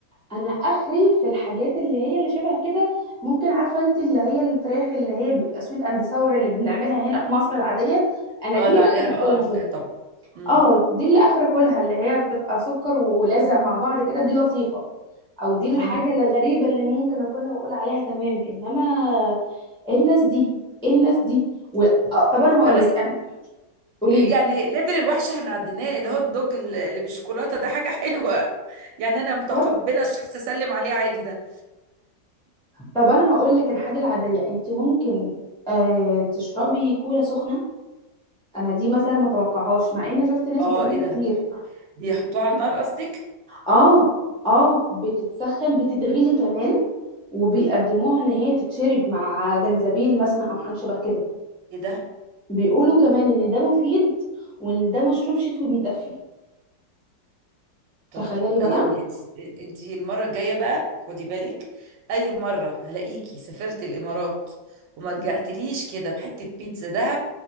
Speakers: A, in the centre; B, on the right.
A: انا اخري في الحاجات اللي هي اللي شبه كده ممكن عارفه انت اللي هي الفراخ اللي هي بيبقى سويت اند ساور اللي بنعملها هنا في مصر العاديه انا
B: اه
A: دي
B: اللي
A: اخري
B: عليها
A: اكلها
B: اه عارفاها طبعا امم
A: اه دي اللي اخر اكلها اللي هي بتبقى سكر ولازع مع بعض كده دي لطيفه او دي الحاجه
B: امم
A: الغريبه اللي ممكن اكلها واقول عليها تمام انما ايه الناس دي ايه الناس دي و... آه طب انا هقول
B: لا بس
A: لك انا قولي
B: يعني
A: لي
B: ليفل الوحش احنا عديناه الهوت دوج اللي بالشوكولاته ده حاجه حلوه يعني انا متقبله
A: برضه
B: الشخص اسلم عليه عادي ده
A: طب انا هقول لك الحاجه العاديه انت ممكن آه تشربي كولا سخنه انا دي مثلا ما توقعهاش مع اني شفت ناس
B: اه
A: بتعملها
B: ايه ده
A: كتير
B: بيحطوه على النار قصدك
A: اه اه بتتسخن بتتغلي كمان وبيقدموها ان هي تتشرب مع جنزبيل مثلا او حاجه شبه كده
B: ايه ده
A: وبيقولوا كمان ان ده مفيد وان ده مشروب شتوي بيدفي
B: طب
A: تخيلي بقى
B: يعني انت انت المره الجايه بقى خدي بالك اي مره هلاقيكي سافرت الامارات وما رجعتليش كده بحته بيتزا دهب